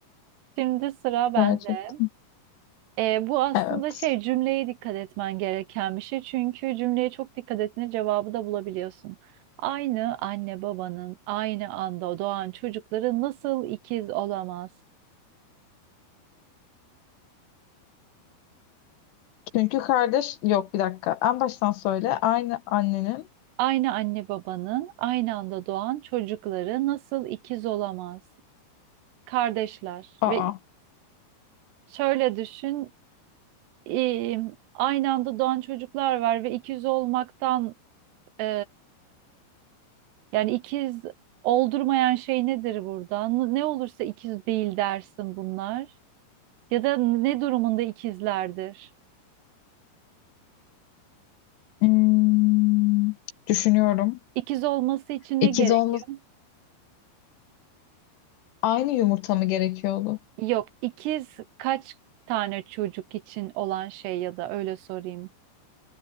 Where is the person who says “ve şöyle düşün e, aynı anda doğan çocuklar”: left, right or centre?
Right